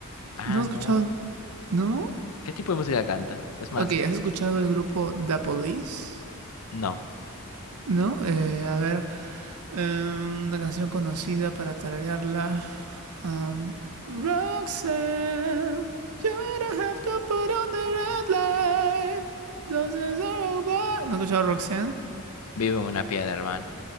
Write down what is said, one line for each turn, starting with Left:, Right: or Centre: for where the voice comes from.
Left: Ah,
Right: ¿No has
Left: no.
Right: escuchado? ¿No?
Left: ¿Qué tipo de música canta? Es más,
Right: Ok, ¿has escuchado el grupo The Police?
Left: no.
Right: ¿No? Eh, a ver, em, una canción conocida para tararearla. am, Roxanne, you don't have to put on the red light. Those days are over. ¿No has escuchado a Roxanne?
Left: Vivo en una piedra, hermano.